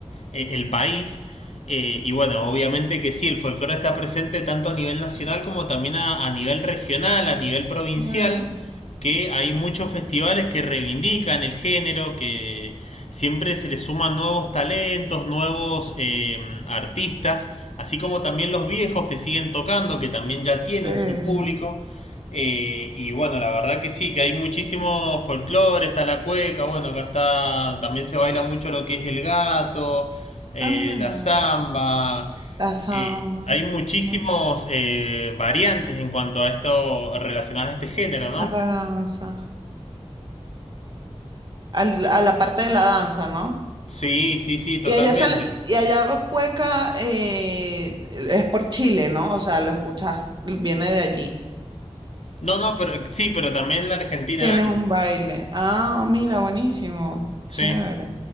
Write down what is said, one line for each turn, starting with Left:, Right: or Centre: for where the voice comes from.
Left: eh, el país. Eh, y bueno, obviamente que sí, el folclore está presente tanto a nivel nacional como también a, a nivel regional, a nivel provincial,
Right: Bueno,
Left: que hay muchos festivales que reivindican el género, que siempre se le suman nuevos talentos, nuevos eh, artistas, así como también los viejos que siguen tocando, que también ya tienen
Right: eh,
Left: su público. Eh, y bueno, la verdad que sí, que hay muchísimo folclore, está la cueca, bueno, acá está, también se baila mucho lo que es el gato, eh,
Right: ah, mira,
Left: la samba.
Right: la samba,
Left: eh, hay muchísimos
Right: ¿no?
Left: eh, variantes en cuanto a esto relacionadas a este género, ¿no?
Right: a la danza. al- a la parte de la danza, ¿no?
Left: Sí, sí, sí, totalmente.
Right: Y allá sale, y allá cueca eh, es por Chile, ¿no? O sea, lo escuchas, viene de allí.
Left: No, no, pero sí, pero también en la Argentina
Right: Tienen
Left: hay.
Right: un baile. Ah, mira, buenísimo.
Left: Sí,
Right: Chévere.